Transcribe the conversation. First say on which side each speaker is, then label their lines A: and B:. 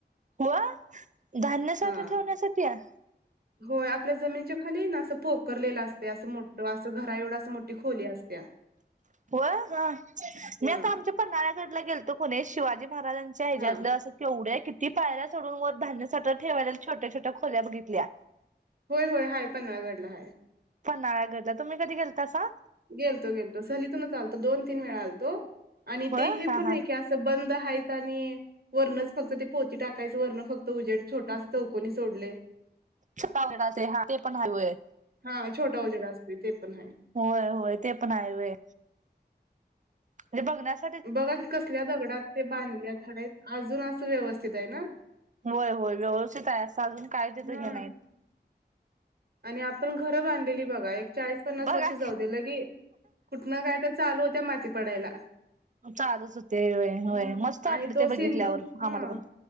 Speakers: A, on the right (about 45°); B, on the right (about 60°).
A: हो धान्य
B: हां
A: साठा ठेवण्यासाठीया.
B: होय आपल्या जमिनीच्या खाली हे ना असं पोक करलेलं असतेया असं मोठं असं घरा एवढ अस मोठी खोली असत्या.
A: अ रा मी
B: हां
A: आता आमच्या पन्हाळ्यागडला गेलतो कोणी शिवाजी महाराजांच्या ह्याच्यातलं
B: हा
A: अस तेवढ्या किती पायऱ्या चडून वर धान्यसाठा ठेवां लेल्या छोट्या छोट्या खोल्या बघितल्या.
B: होय होय हाय पन्हाळगडला हाय.
A: पन्हाळा गडला तुम्ही कधी गेलतासा?
B: गेलतो गेलतो सहलीतूनच आलतो दोन तीन वेळा आलतो, आणि
A: होय
B: ते हे
A: हा
B: पण
A: हा
B: आहे की असं बंद आहेत आणि वरणच फक्त ते पोती टाकायचं, वरण फक्त उजेड छोटास चौकोनी सोडलय.
A: छोटा <unintelligible> हा ते पण हाय होय.
B: हा, छोटा उजेड असतील ते पण हाय.
A: होय होय ते पण आहे वे म्हणजे बघण्यास
B: बघा की कसल्या दगडात ते बांधल्यात <unintelligible> अजून असं व्यवस्थित आहे ना.
A: होय होय व्यवस्थित आहे, असं अजून काय तिथं
B: हा
A: हे नाही.
B: आणि आपण घरं बांधलेली बघा एक चाळीस पन्नास
A: बघा
B: वर्ष जाऊ दे लगी कुठनं काय तर चालू होत्या माती पडायला.
A: चालूच होतय व्हय होय
B: हा
A: मस्त वाटलं
B: आणि तो
A: ते बघितल्यावर
B: सिंधू हा
A: आम्हाला पण.